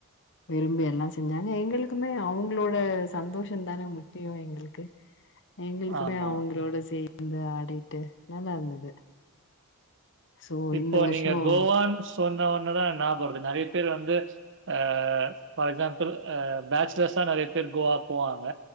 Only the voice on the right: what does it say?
ஆமா.
இப்போ
நீங்க கோவான் சொன்ன ஒன்னே தான் நா போது நிறைய பேர் வந்து அ ஃபார் எக்ஸாம்பிள் அ பேச்சலர்ஸ் தான் நிறைய பேர் கோவா போவாங்க